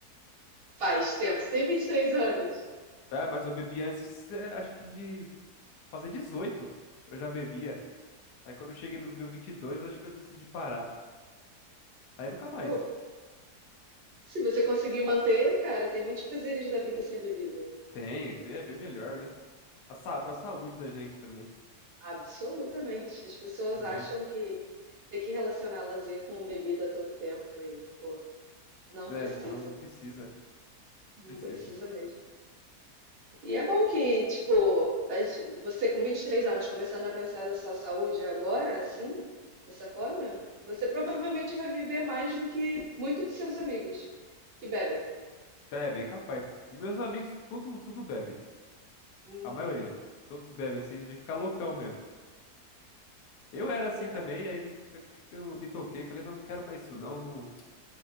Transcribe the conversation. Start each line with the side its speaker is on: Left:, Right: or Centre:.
Right: Faz tempo, você tem 23 anos.
Left: Ah, mas eu bebi antes de, ser- acho que de fazer 18, Eu já bebia. Aí quando eu cheguei nos meus 22, acho que eu decidi parar. Aí nunca mais.
Right: Pô, se você conseguir manter, cara, tem muitos prazeres da vida sem bebida.
Left: Tem, é bem melhor, né? A, sa- pra saúde da gente também,
Right: Absolutamente. As pessoas
Left: né?
Right: acham que tem que relacionar lazer com bebida a todo tempo e, pô, não
Left: É,
Right: precisa.
Left: não, não precisa.
Right: Não
Left: Precisa.
Right: precisa mesmo. E é bom que, tipo, a ge- você com 23 anos começando a pensar na sua saúde agora, assim, dessa forma, você provavelmente vai viver mais do que muitos de seus amigos que bebem.
Left: É, bem capaz. Meus amigos, tudo, tudo bebe.
Right: Uhum.
Left: A maioria. Todos bebem, assim, de ficar loucão mesmo. Eu era assim
Right: Ainda
Left: também, aí de- eu me toquei, falei, não, não quero mais isso, não. não...